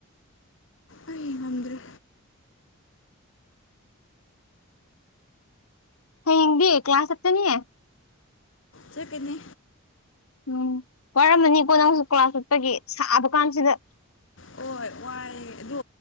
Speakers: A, on the left; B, on the left.
A: ꯑꯩ ꯉꯝꯗꯔꯦ
B: ꯍꯌꯦꯡꯗꯤ ꯀ꯭ꯂꯥꯁ ꯆꯠꯀꯅꯤ
A: ꯆꯠꯀꯅꯤ
B: ꯎꯝ ꯋꯥꯔꯝꯃꯅꯤꯀꯣ ꯅꯪꯁꯨ ꯀ꯭ꯂꯥꯁ ꯆꯠꯄꯒꯤ ꯁꯥꯕ ꯀꯥꯟꯁꯤꯗ
A: ꯍꯣꯏ ꯋꯥꯏꯌꯦ ꯑꯗꯨ